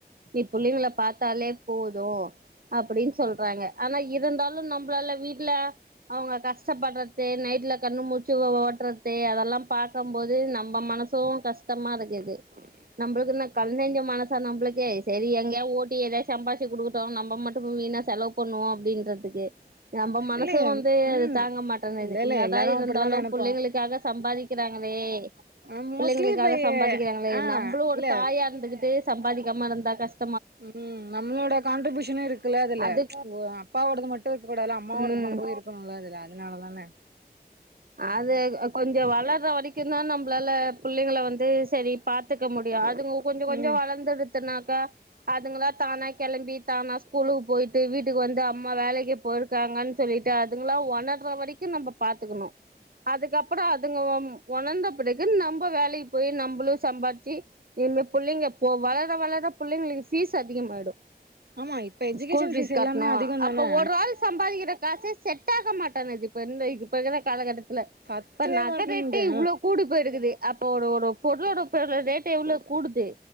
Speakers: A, on the right; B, on the right.
A: நீ புள்ளைங்கள பாத்தாலே போதும் அப்டின்னு சொல்றாங்க ஆனா இருந்தாலு நம்மளால வீட்ல அவங்க கஷ்டப்படுறது நைட்ல கண்ணு முச்சி ஓட்டுறது அதெல் ல்லா பாக்கம் போது நம்ம மனசும் கஷ்டமா இருக்குது நம்புளுக்கு என்ன கல் நெஞ்ச மனசா நம்மளுக்கு சேரி எங்கயா ஓட்டி ஏதா சம்பாச்சி கொடுத் தோ நம்ம மட்டு இப்போ வீணா செலவு பண்ணுவோ அப்டின்றதுக்கு நம்ம மனசு
B: இல்லையே
A: வந்து
B: ம்
A: இத தாங்க மாட்டங்குது
B: இல்ல இல்ல
A: என்னதா
B: எல்லாரு
A: இருந்தாலு
B: அப்டிதா நெனைப்போ
A: புள்ளைகளுக்காக சம்பாதிக்கிறாங்களே
B: ஆ மோஸ்ட்லி
A: புள்ளைங்களுக்காக
B: இப்ப
A: சம்பாதிக்கிறாங்களே
B: ஆ
A: நம்மளு ஒரு
B: இல்ல
A: தாயா இருந்துகிட்டு சம்பாதிக்காம இருந்தா கஷ்
B: ம் நம்மளோட கான்ட்ரிபியூஷனு இருக்குல்ல அதுல
A: அது
B: ஓ அப்பாவோடது மட்டு இருக்க கூடாது அம்மாவோட
A: ம்
B: பங்கு இருக்குன்னு அதுல அதனாலதான
A: அது கொஞ்சோ வளற வரைக்குந்தா நம்மளால புள்ளைங்கள வந்து செரி பாத்துக்க முடியு அதுங்க கொஞ்சோ கொஞ்சோ
B: ம்
A: வளர்ந்துடுத்துனாக்க அதுங்களா தானா கிளம்பி தானா ஸ்கூலுக்கு போயிட்டு வீட்டுக்கு வந்து அம்மா வேலைக்கு போர் இருக்காங்கன்னு சொல்லிட்டு அதுங்கா ஒணர்ற வரைக்குநம்ம பாத்துக்கணு அதுக்கப்றோ அதுங்க ஒணந்த பிறகு நம்ம வேலைக்கு போயி நம்பளு சம்பாதிச்சு இனிமே புள்ளைங்க போ வளர வளர புள்ளைங்களுக்கு பீஸ் அதிகமாயிடு
B: ஆமா இப்ப எஜுகேஷன்
A: ஸ்கூல் பீஸ்
B: ஃபீஸ்
A: கட்டணு
B: எல்லாமே அதிகோ
A: அப்ப
B: தானே
A: ஒரு ஆள் சம்பாதிக்கிற காசே செட் ஆக மாட்டனுது இப்ப இருந்த இப்ப இருக்குற காலகட்டத்துல
B: பத்தவே
A: இப்ப நகரேட்ட
B: மாட்டேங்குது
A: இவ்ளோ கூடி போயிருக்குது அப்போ ஒரு ஒரு பொருளோ பொரு ரேட் எவ்ளோ கூடுது